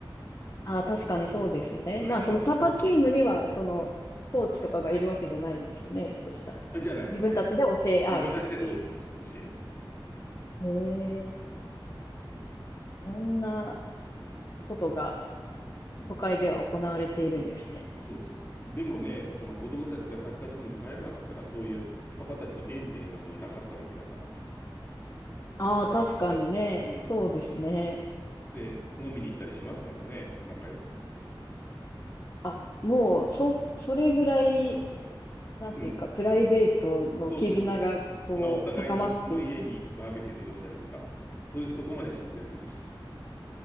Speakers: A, on the left (about 45°); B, on the left (about 25°).
A: ああ、確かにそうですよね。
B: うん、それはお大きい。
A: まあ、そのパパチームには、その、
B: うん。
A: コーチとかがいるわけじゃないんですよね。そしたら。
B: あじゃないです、
A: 自分たちで教え合うっていう。
B: じゃないです。自分たちでそうそうそう、教え合って。
A: へえ、
B: うん。
A: そんなことが
B: う
A: 都会では行われているんですね。
B: ん、そうそう。でもね、その子供たちがサッカーチームに入らなかったら、そういうパパたちの縁っていうのもなかったわけだから。
A: ああ、確かにね。
B: うん。
A: そうですね。
B: で、飲みに行ったりしますからね、仲良くなって。
A: あ、もう、そ、それぐらい、なんていうか、
B: うん。
A: プライベートの絆が、
B: そうそうそ
A: こう、
B: う。なお互いにの家にバーベキューで呼んだりとか、
A: 高まっていく。
B: そういう、そこまで進展するし。